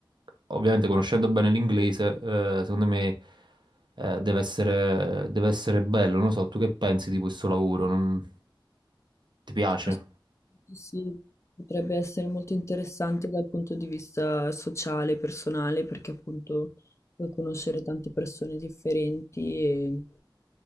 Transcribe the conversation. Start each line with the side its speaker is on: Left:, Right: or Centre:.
Right: ovviamente, conoscendo bene l'inglese, eh, secondo me, eh, deve essere, deve essere bello. Non lo so, tu che pensi di questo lavoro? Non- Ti piace?
Left: Assolutamente sì, sì, potrebbe essere molto interessante dal punto di vista sociale, personale, perché appunto puoi conoscere tante persone differenti e,